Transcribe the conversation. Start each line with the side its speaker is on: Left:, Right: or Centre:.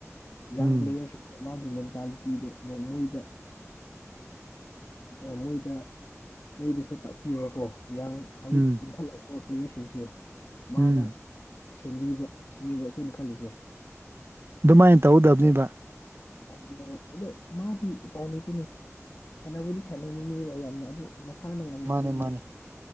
Left: <unintelligible>
Right: ꯎꯝ
Left: ꯃꯥꯒꯤ ꯃꯦꯟꯇꯥꯂꯤꯇꯤꯗꯨ ꯃꯣꯏꯗ ꯑ ꯃꯣꯏꯗ ꯃꯣꯏꯗꯁꯨ ꯇꯥꯛꯄꯤꯔꯣꯀꯣ ꯌꯥꯡ ꯍꯧꯖꯤꯛ
Right: ꯎꯝ
Left: ꯏꯟꯈꯠꯂꯛꯄ ꯄ꯭ꯂꯦꯌꯔ ꯁꯤꯡꯁꯦ ꯃꯥꯅ
Right: ꯎꯝ
Left: ꯁꯦꯝꯕꯤꯕ ꯁꯤꯅꯦꯕ ꯑꯩꯈꯣꯏꯅ ꯈꯜꯂꯤꯖꯦ
Right: ꯑꯗꯨꯃꯥꯏꯅ ꯇꯧꯗꯕꯅꯤꯕ
Left: ꯑꯗꯨꯅꯦꯕ ꯑꯗꯣ ꯃꯥꯗꯤ ꯎꯄꯥꯏ ꯂꯩꯇꯦꯅꯦ ꯁꯥꯟꯅꯕꯨꯗꯤ ꯁꯥꯟꯅꯅꯤꯡꯉꯦꯕ ꯌꯥꯝꯅ ꯑꯗꯣ ꯃꯁꯥꯅ ꯉꯝꯗꯕꯅꯤꯅ
Right: ꯃꯥꯅꯦ ꯃꯥꯅꯦ